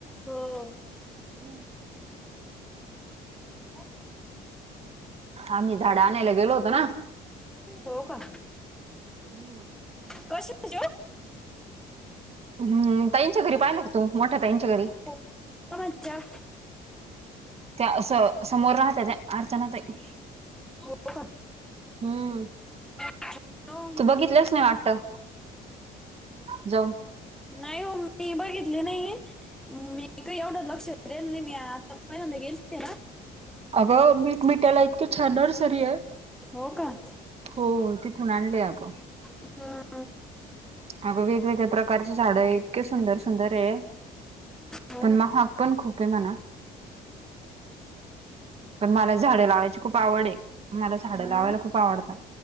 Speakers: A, in the centre; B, on the right.
A: हो-हो.
B: हं,
A: हो,
B: आम्ही झाडं आणायला गेलो होतो ना
A: हो का?
B: हम्म,
A: कशा जो
B: हम्, ताईंच्या घरी पाहायलं का तू, मोठ्या ताईंच्या घरी?
A: हो, कोणत्या?
B: त्या असं समोर राहत्या, त्या अर्चना ताई.
A: हो
B: हम्म.
A: <inaudible> हो
B: तू बघितलंच नाही वाटतं, जाऊन
A: नाही ओ मी बघितले नाही. मी काय एवढं लक्षं देलं नाही मी आता म गेलंते ना
B: अगं मीठ मिठायला इतकी छान नर्सरी आहे.
A: हो का?
B: हो, तिकुन आणले आगं.
A: हम्,
B: अगं वेगवेगळ्या प्रकारचे झाड ये, इतके सुंदर- सुंदर ये.
A: हो
B: पण
A: का
B: महाग पण खूप ये म्हणा. पण मला झाडें लावायची खूप आवड आहे, मला झाडं
A: हं.
B: लावायला खूप आवडता.